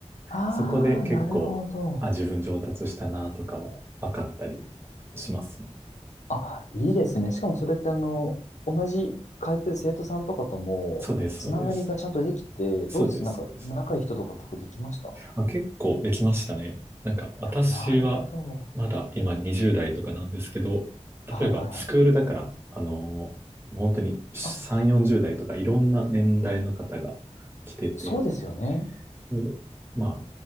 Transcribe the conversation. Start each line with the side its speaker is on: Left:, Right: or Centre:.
Left: ああ、
Right: そこで結構、
Left: なるほど。
Right: あ、自分上達したなとかは分かったりしますね。
Left: あ、いいですね。しかもそれってあの、同じ通ってる生徒さんとかとも、
Right: そうです、
Left: つながりがちゃんとできて、
Right: そうです。そうです、
Left: どうですなんか、
Right: そうです。
Left: 仲いい人とか結構できました
Right: まあ、結構できましたね。なんか私はまだ今20代とかなんですけど、
Left: なるほど。はいはいはい。
Right: 例えばスクールだから、あのーもう本当に3、
Left: あ、
Right: 40代とかいろんな年代の方が来てて、
Left: そうですよね。
Right: で、ま